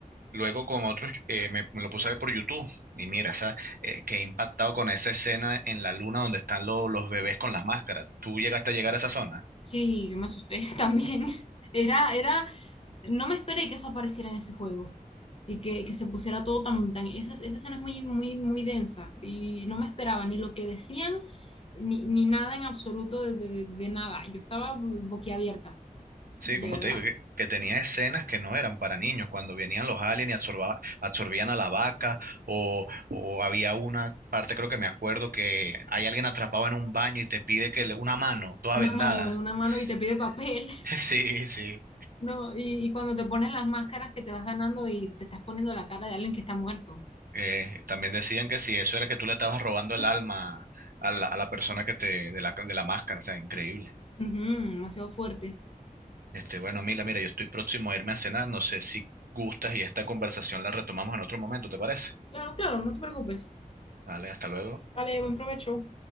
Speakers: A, on the right; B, on the left.
A: Luego con otros, eh, me, me lo puse a ver por YouTube y mira, esa, eh, quedé impactado con esa escena en la luna donde están lo- los bebés con las máscaras. ¿Tú llegaste a llegar a esa zona?
B: Sí, yo me asusté <laughs> también. Era, era, no me esperé que eso apareciera en ese juego y que, que se pusiera todo tan, tan, esa, esa escena es muy, muy, muy densa y no me esperaba ni lo que decían ni, ni nada en absoluto de, de- de nada. Yo estaba boquiabierta,
A: Sí,
B: de
A: como
B: verdad.
A: te digo, que, que tenía escenas que no eran para niños, cuando venían los aliens y absorba- absorbían a la vaca o, o había una parte, creo que me acuerdo, que hay alguien atrapado en un baño y te pide que le- una mano toda
B: Una
A: vendada.
B: mano, una mano
A: <laughs>
B: y te pide papel, <laughs>
A: Sí, sí.
B: ¿no? Y, y cuando te pones las máscaras que te vas ganando y te estás poniendo la cara de alguien que está muerto.
A: Eh, también decían que si eso era que tú le estabas robando el alma a la, a la persona que te, de la, de la máscara, o sea, increíble.
B: Ujú, demasiado fuerte.
A: Este, bueno, mira, mira, yo estoy próximo a irme a cenar, no sé si gustas y esta conversación la retomamos en otro momento, ¿te parece?
B: Claro, claro, no te preocupes.
A: Vale, hasta luego.
B: Vale, buen provecho.